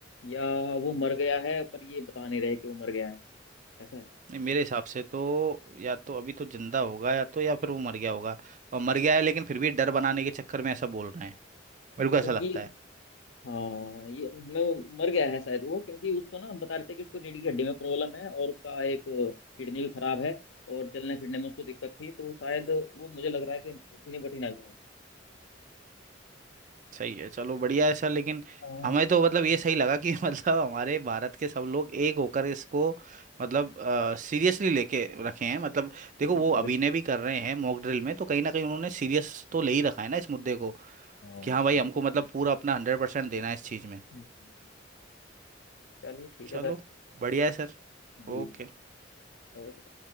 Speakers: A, on the left; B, on the right.
A: या वो मर गया है पर ये बता नहीं रहे कि वो मर गया है ऐसा है
B: नहीं, मेरे हिसाब से तो या तो अभी तो जिंदा होगा या तो या फिर वो मर गया होगा और मर गया है लेकिन फिर भी डर बनाने के चक्कर में ऐसा बोल रहे हैं मेरे को ऐसा
A: क्योंकि
B: लगता है
A: हाँ ये मैं वो मर गया है शायद वो क्योंकि उसको ना बता रहे थे कि उसको रीढ़ की हड्डी में प्रॉब्लम है और उसका एक किडनी भी खराब है और चलने फिरने में उसको दिक्कत थी तो शायद वो मुझे लग रहा है कि निपट ही ना गया हो।
B: सही है चलो बढ़िया है सर लेकिन
A: हाँ
B: हमें तो मतलब ये सही लगा कि <laughs> मतलब हमारे भारत के सब लोग एक होकर इसको मतलब सीरियसली लेके रखे हैं मतलब देखो
A: बिल्कुल
B: वो अभिनय
A: बिल्कुल
B: भी कर रहे हैं मॉक ड्रिल में तो कहीं ना कहीं उन्होंने सीरियस तो ले ही रखा है ना इस मुद्दे को
A: हाँ
B: कि हाँ भाई
A: सही
B: हमको
A: बात
B: मतलब
A: है
B: पूरा अपना हंड्रेड परसेंट देना है इस चीज़ में
A: हम्म, चलिए ठीक
B: चलो
A: है सर
B: बढ़िया है सर
A: जी
B: ओके
A: जी ओके